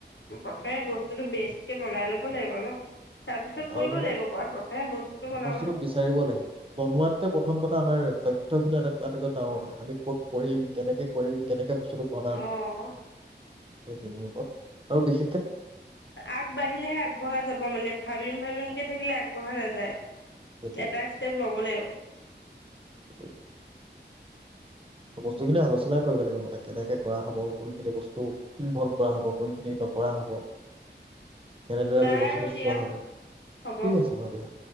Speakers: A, on the left; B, on the right.
A: প্ৰথমে বস্তুটো বেচকে বনাই ল'ব লাগিব ন? তাৰপিছত
B: আৰু
A: কৰিব
B: মানে
A: লাগিব ঘৰত প্ৰথমে বস্তুটো বনাব
B: বস্তুটো
A: লাগিব
B: বিচাৰিব লাগিব, বনোৱাতকে প্ৰথম কথা আমাৰ তথ্যখিনি আটা-আটাইকৈ ডাঙৰ কথা আমি ক'ত কৰিম কেনেকে কৰিম। কেনেকে বস্তুটো বনাম
A: অ'।
B: সেইখিনিৰ ওপৰত। আৰু বিশেষ
A: আগবাঢ়িলেহে আগবঢ়া যাব মানে ভাবিম ভাবিমকে থাকিলে আগবঢ়া নাযায়।
B: সেইটোৱে
A: এটা ষ্টেপ লব লাগিব।
B: <inaudible> বস্তুখিনি আলোচনা কৰিব লাগিব মানে, কেনেকে কৰা হব কোনখিনি বস্তু ইণভলব কৰা হব, কোনখিনি নক কৰা হ'ব। কেনেদৰে
A: বাৰু
B: আমি বছৰটো
A: দিয়া
B: চোৱা হ'ব।
A: হ'ব।
B: ঠিক আছে বাৰু দিয়া।